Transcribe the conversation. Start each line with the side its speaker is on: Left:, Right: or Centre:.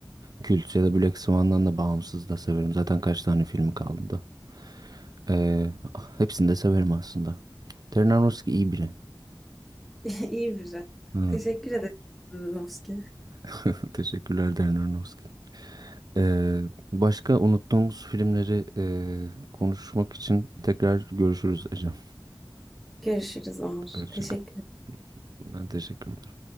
Right: kült ya da Black Swan'dan da bağımsız da severim. Zaten kaç tane filmi kaldı da. Ee, hepsini de severim aslında. Darren Aronofsky iyi biri.
Centre: <laughs> İyi güzel.
Right: Evet.
Centre: Teşekkür ederim. Zırnovski.
Right: <laughs> Teşekkürler Darren Aronofsky. Ee, başka unuttuğumuz filmleri e, konuşmak için tekrar görüşürüz Ecem.
Centre: Görüşürüz Onur.
Right: Hoşça
Centre: Teşekkür
Right: kal.
Centre: ederim.
Right: Ben teşekkür ederim.